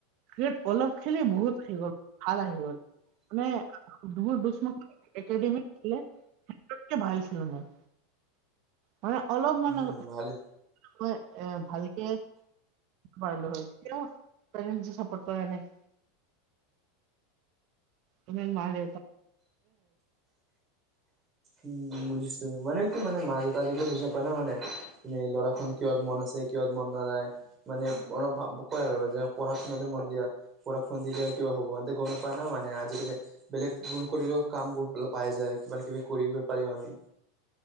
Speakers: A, on the right; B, on the right.
A: সেই পলখ খিনি বহুত আহি গ'ল, ভাল আহি গ'ল। মানে বছৰ মানে একাডেমি খেলে চবতকে ভাল আছিলো মানে মানে অলপ মানে-
B: উম' ভালেই।
A: হয় ভালকে পাৰিলো হয়, এতিয়াও পেৰেণ্টচে চাপৰ্ট কৰা নাই। মানে মা-দেউতা।
B: উম বুজিছো মানে কি মানে মা দেওতাই আজিলৈকে বুজি পোৱা নাই মানে। তুমি ল'ৰাখন কিহত মন আছে কিহত মন নাযায়। মানে অলপ কয় আৰু যে পঢ়া শুনাতে মন দিয়া। পঢ়া শুনা দিলে কিবা হ'ব এন্তে গম নাপাই না মানে আজিকালি বেলেগ কৰিলেও কামবোৰ পাই যায় কিবা-কিবি কৰিব পাৰিম আমি।